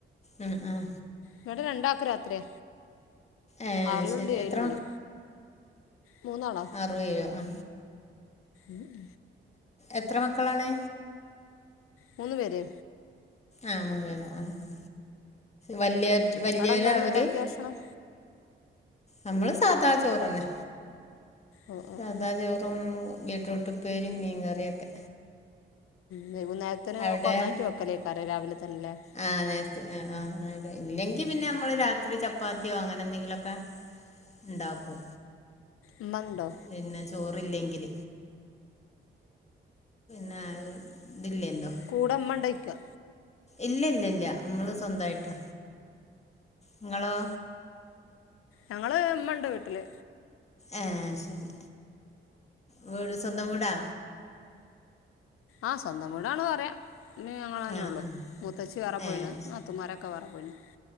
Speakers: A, on the left; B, on the left.
A: ഉം ഉം
B: ഇവടെ രണ്ടക്ക് രാത്രരിയ
A: ഏഹ്
B: ആറിലുണ്ട്
A: ശരി
B: ഏയ്ലുംണ്ട്.
A: എത്ര
B: മൂന്നാളാ
A: അറു വഴെ ആ
B: ഇം
A: എത്ര മക്കളാണ്
B: മൂന്ന് പേര്
A: ആഹ് അങ്ങനെ വല്യ വല്യോരാ
B: അവിടെ എന്താന്ന്
A: അവര്
B: ഉണ്ടാക്കിയ ഭക്ഷണം
A: നമ്മള് സാധാ ചോറന്നെ
B: ഓ ഓ
A: സാധാ
B: ഓ
A: ചോറും ബീട്ട്റൂട്ടുപ്പേരിയും മീൻകറിയൊക്കെ
B: വൈകുന്നേരത്തിന്
A: അവിടെയാ
B: ഒക്കെ ഒന്നായിട്ട് വെക്കലേക്കാരെ രാവിലെ തന്നെയല്ലേ
A: ആഹ് നേരത്തിന് ഹാ ആ ഇല്ലെങ്കി പിന്നെ നമ്മള് രാത്രി ചപ്പാത്തിയോ അങ്ങനെ എന്തെങ്കിലൊക്കെ ഉണ്ടാക്കും
B: ഉമ്മ ഉണ്ടോ
A: പിന്നെ ചോറില്ലെങ്കിൽ നായി ദില്ലിയല്ലോ
B: കൂടെ മ്മണ്ടൊയ്ക
A: ഇല്ല ഇല്ലല്ല മ്മള് സ്വന്തായിട്ട് നിങ്ങളോ
B: ഞങ്ങള് ഇമ്മ ഉണ്ട് വീട്ടില്
A: എഹ് ശരി വീട് സ്വന്തം വീടാ
B: ആ സ്വന്തം വീടാണ് പറയാ ഇമ്മിം ഞങ്ങൾ തന്നെ
A: ആഹ്
B: ഉള്ളൂ
A: ആഹ്
B: മൂതച്ഛി വേറെ
A: ഏഹ്
B: പോയിണ് നാത്തൂമാരെ- ക്ക വേറേ പോയിന്നു